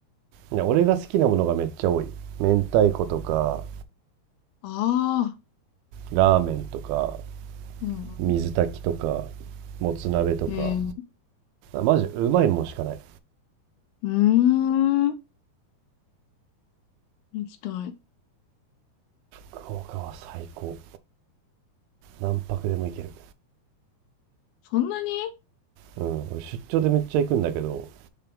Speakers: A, on the right; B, on the left.
A: ね、俺が好きなものがめっちゃ多い。明太子とか、
B: ああ、
A: ラーメンとか、
B: うん。
A: 水炊きとか、もつ鍋とか、
B: へえ、う
A: マジうまいもんしかない。
B: ーん。行きたい。
A: 福岡は最高。何泊でも行ける。
B: そんなに
A: うん、俺出張でめっちゃ行くんだけど、